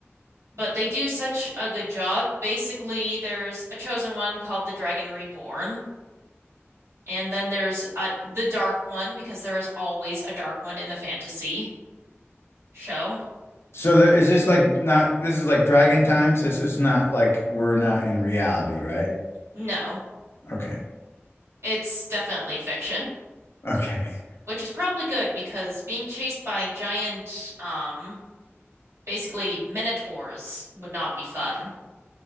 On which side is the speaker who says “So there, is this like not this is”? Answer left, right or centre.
Left